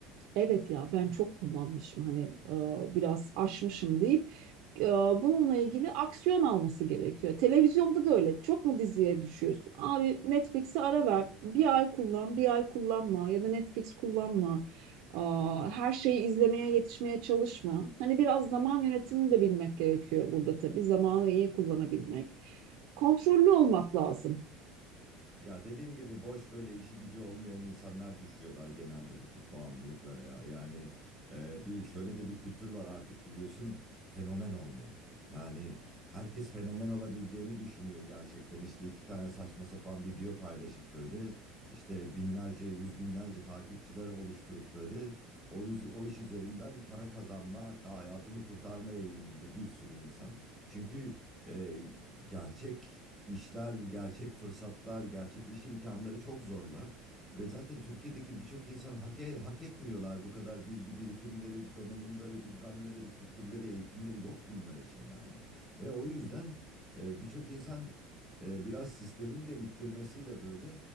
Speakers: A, on the right; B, in the centre.
A: Evet ya ben çok kullanmışım hani e, biraz aşmışım deyip e, bununla ilgili aksiyon alması gerekiyor. Televizyonda da öyle. Çok mu diziye düşüyorsun? Abi Netflix'e ara ver. Bir ay kullan, bir ay kullanma ya da Netflix kullanma. E, her şeyi izlemeye yetişmeye çalışma. Hani biraz zaman yönetimini de bilmek gerekiyor burada tabii. Zamanı iyi kullanabilmek. Kontrollü olmak lazım.
B: Ya dediğim gibi boş böyle işi gücü olmayan insanlar düşüyorlar genelde bu tip bağımlılıklara ya. Yani e, bir şöyle de bir kültür var artık biliyorsun fenomen olma. Yani herkes fenomen olabileceğini düşünüyor gerçekten. İşte iki tane saçma sapan video paylaşıp böyle işte binlerce yüz binlerce takipçiler oluşturup böyle o, yüz- o iş üzerinden para kazanma hatta hayatını kurtarma eğiliminde bir sürü insan. Çünkü e, gerçek İşler gerçek fırsatlar, gerçek iş imkanları çok zorlar. Ve zaten Türkiye'deki birçok insan hak, e- hak etmiyorlar bu kadar bilgi birikimleri, donanımları, bilmem neleri, kültürleri, eğitimleri yok bunlar için yani. Ve o yüzden e, birçok insan e, biraz sistemin de ittirmesiyle böyle